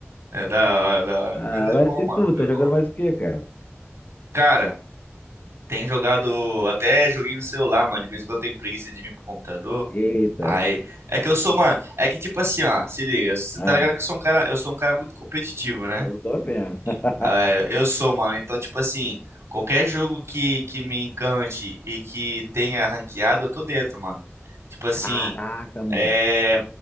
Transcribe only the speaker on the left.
Ah,
mas
e
tu? Tá
jogando
mais o quê, cara?
Eita.
Ah,
eu tô vendo. <laughs>
Caraca, mano.